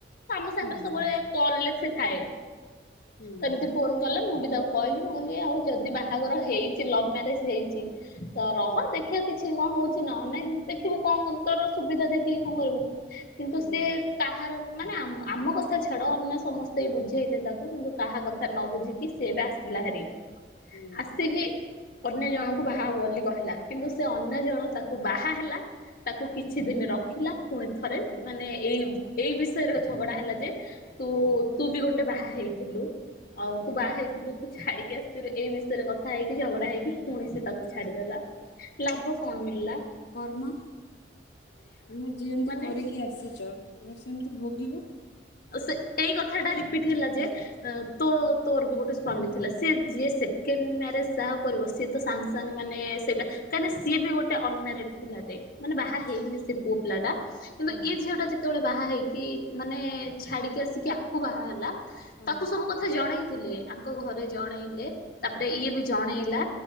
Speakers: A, on the left; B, on the left.
A: ଆମ ସାଙ୍ଗରେ
B: ହଁ
A: ସବୁବେଳେ
B: ହଁ।
A: କଲରେ ସେ ଥାଏ
B: ହୁଁ
A: ସେମିତି
B: ହୁଁ
A: ଫୋନ କଲେ ମୁଁ ବି ତାକୁ କହିଲି ମୁଁ କହିଲି ଆଉ ଯଦି ବାହାଘର ହେଇଛି ଲଭ ମ୍ୟାରେଜ ହେଇଛି ତ ରହ
B: ହୁଁ
A: ଦେଖିବା। କିଛି କଣ ହଉଛି ନା ନାଇଁ ଦେଖିବୁ କଣ ତୋର ସୁବିଧା ଦେଖିକି କଣ କରିବୁ କିନ୍ତୁ
B: ହୁଁ
A: ସିଏ କାହାର ମାନେ ଆମ କଥା ଛାଡ ଅନ୍ୟ ସମସ୍ତେ ବୁଝେଇଲେ ତାକୁ। କିନ୍ତୁ କାହା କଥା ନ ବୁଝିକି ସିଏ ଏବେ ଆସିଲା ହେରି
B: ହୁଁ
A: ଆସିକି ଅନ୍ୟ ଜଣଙ୍କୁ ବାହା ହବ ବୋଲି କହିଲା କିନ୍ତୁ ସେ ଅନ୍ୟ ଜଣ ତାକୁ ବାହା ହେଲା। ତାକୁ କିଛି ଦିନ ରଖିଲା ପୁଣି ଥ ଥରେ
B: ହୁଁ
A: ମାନେ ଏଇ ଏଇ ବିଷୟରେ ଝଗଡା ହେଲା ଯେ ତୁ ତୁ ବି ଗୋଟେ ବାହା ହେଇ ଥିଲୁ ଆଉ
B: ହୁଁ।
A: ତୁ ବାହା ହେଇଥିଲୁ। ତୁ ଛାଡିକି ଆସିଥିଲୁ ଏଇ ବିଷୟରେ କଥା ହେଇକି ଝଗଡା ହେଇକି ପୁଣି ସେ ତାକୁ ଛାଡିଦେଲା। ଲାଭ କଣ ମିିଳିଲା।
B: କର୍ମ ତୁମେ ଯେମିତି
A: ମାନେ
B: କରିକି ଆସିଛ ତୁମେ ସେମିତି ଭୋଗିବ।
A: ସେ ସେଇ କଥାଟା ରିପିଟ୍ ହେଲା ଯେ ତୋ ତୋର ବି ଗୋଟେ ସ୍ଵାମୀ ଥିଲା ସି ଯିଏ ସେକେଣ୍ଡ ମ୍ୟାରେଜ ଯାହା କରିବ ସିଏ ତ ସାଙ୍ଗ। ମାନେ ସେଇଟା କାଁକି ସିଏ ବି ଗୋଟେ ଅନମାରଡ ପିଲ ଯେ ମାନେ ବାହା
B: ହଁ
A: ହେଇନି ସେ ପୁଅ ପିଲା ଟା କିନ୍ତୁ
B: ହଁ
A: ଏଇ ଝିଅଟା ଯେ ଯେତେବେଳେ ବାହା ହେଇକି ମାନେ ଛାଡିକି ଆସିକି ଆକୁ ବାହା ହେଲା
B: ହଁ
A: ତାକୁ ସବୁ କଥା ଜଣେଇଥିଲେ ଙ୍କ ଘରେ ଜଣେଇଲେ ତାପରେ ଇଏ ବି ଜଣେଇଲା